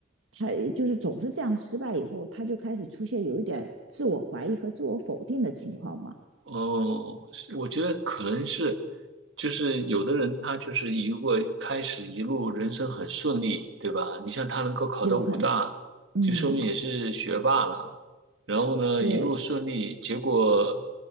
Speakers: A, on the right; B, on the right.
A: 他就是总是这样失败以后，他就开始出现有一点自我怀疑和自我否定的情况嘛，
B: 哦，是我觉得可能是，就是有的人他就是一如果开始一路人生很顺利，对吧？你像他能够考到武大，
A: 有可能，嗯，
B: 就说明也是学霸了。然后呢，
A: 对
B: 一路顺利，结果